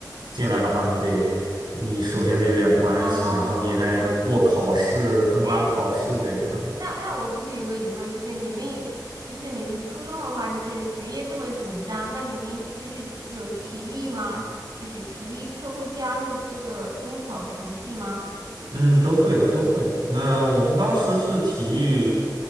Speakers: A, on the right; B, on the right.
A: 进来的话，你得你首先得有点关系，
B: 哦，
A: 然后你还得过考试，
B: 这样子。
A: 分班考试这个样。
B: 哎，那那我就是有个疑问，就是你们有，就是你们初中的话，就是学业这么紧张，那你们就是有体育吗？就是体育课会加入这个中考成绩吗？
A: 嗯，都会的，都会的。那我们当时是体育，